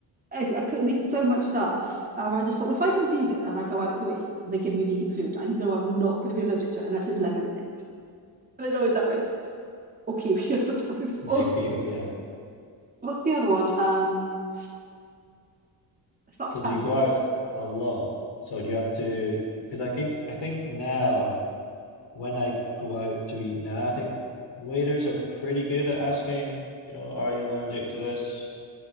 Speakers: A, on the right (about 20°); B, on the left (about 75°).
A: I, I couldn't eat so much stuff. And I just thought, well, if I go vegan and I go out to eat and they give me vegan food, I know I'm not going to be allergic to it unless there's lemon in it. But there's always that risk. Or kiwi, <laughs> I suppose.
B: Yeah,
A: Or
B: kiwi, yeah.
A: what's the other one? Um, it's not
B: So
A: asparagus.
B: do you go out a lot? So do you have to? Because I think I think now when I go out to eat now, I think waiters are pretty good at asking, you know, are you allergic to this?